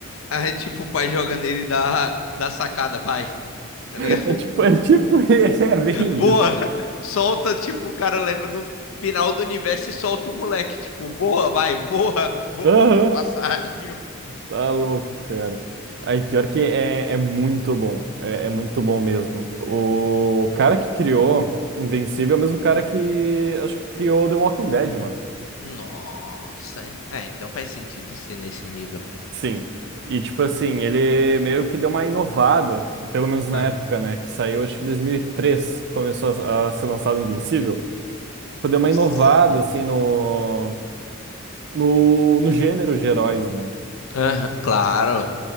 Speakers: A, on the left; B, on the right.
A: Aí, tipo, o pai joga nele e dá, dá sacada, vai,
B: <laughs>
A: tá
B: É
A: ligado?
B: tipo, é tipo, <laughs> é bem
A: voa,
B: isso.
A: <laughs> solta, tipo, o cara leva no final do universo e solta o moleque, tipo, voa, vai, voa, voa,
B: Aham,
A: <laughs> é o passarinho.
B: Tá louco, cara. Aí, pior que é, é muito bom. É, é muito bom mesmo. O cara que criou Invencível é o mesmo cara que acho que criou The Walking Dead, mano.
A: Nossa, ent- é, então faz sentido ser nesse nível.
B: Sim. E, tipo assim, ele meio que deu uma inovada, pelo menos na
A: Aham.
B: época, né? Que saiu, acho que em 2003, começou a, a ser lançado Invencível. Tipo, Deu uma
A: Sim.
B: inovada, assim, no, no, no gênero de heróis, né?
A: Aham, claro.